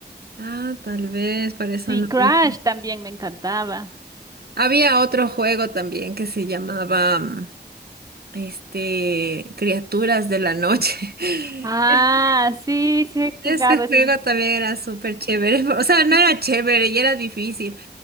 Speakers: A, on the right; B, on the right.
A: Ah, tal vez, para eso
B: Sí,
A: no
B: Crash
A: vi.
B: también me encantaba.
A: Había otro juego también que se llamaba, mm, este, Criaturas de la Noche. <laughs>
B: Ah, sí, sí he
A: Ese
B: jugado ese.
A: juego también era súper chévere, o sea, no
B: <laughs>
A: era chévere y era difícil,